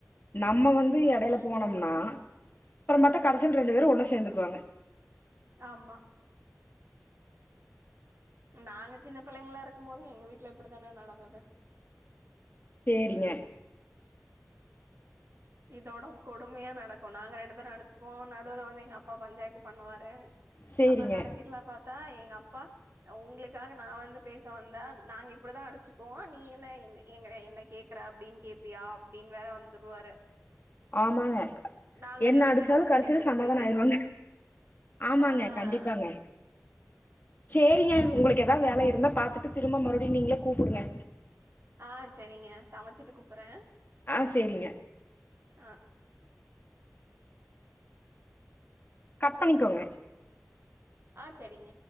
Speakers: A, on the left (about 40°); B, on the right (about 50°).
A: நம்ம வந்து
B: ம்
A: எடையில போனோம்னா அப்புறம் பாத்தா கடைசில ரெண்டு பேரு ஒன்னு சேந்துக்குவாங்க
B: ஆமா நாங்க சின்ன பிள்ளைங்கலா இருக்கும் போது எங்க வீட்டுல இப்படித்தானே நடந்தது
A: சேரிங்க
B: இதோட கொடுமையா நடக்கு நாங்க ரெண்டு பேரு அடிச்சிப்போ நடுல வந்து எங்க அப்பா பஞ்சாயத்து பண்ணுவாரு
A: சேரிங்க
B: அப்புறோ கடைசிக்குல்லா பாத் தா எங்க அப்பா உங்களுக்காக நா வந்து பேச வந்தா நாங்க இப்படிதா அடிச்சிக்குவோ நீ என்ன என்ன எங்கள என்ன கேக்குற அப்டின்னு கேப்பியா அப்டின்னு வேற வந்துருவாரு
A: ஆமாங்க
B: நாங்க
A: என்ன
B: ரெண்டு
A: அடிச்சாலு
B: பேரும் ஒண்ணு
A: கடைசில
B: சேர்ந்துட்டு
A: சமாதானோ
B: போய் கேட்போம்
A: ஆயிருவாங்க ஆமாங்க
B: ஆஹ்
A: கண்டிப்பாங்க சேரிங்க உங்களுக்கு ஏதா வேல இருந்தா பாத்துட்டு திரும்ப மறுபடியு நீங்களே கூப்புடுங்க
B: ஆ செரிங்க சமைச்சிட்டு கூப்புட்றே
A: ஆ சேரிங்க
B: அ
A: கட் பண்ணிக்கோங்க
B: ஆ செரிங்க